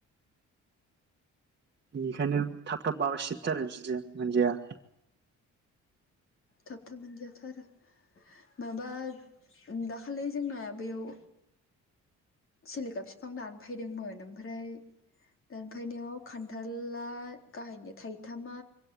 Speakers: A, on the right (about 35°); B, on the left (about 45°).
A: बेनिखायनो थाब थाब माबा सिदथार बिदि मोनजाया।
B: थाब थाब मोनजायाथ' आरो माबा दाखालि जोंना बेयाव सिलिखा बिफां दानफैदोंमोन ओमफ्राय दानफैनायाव खान्थला गाहायनि थाइथामा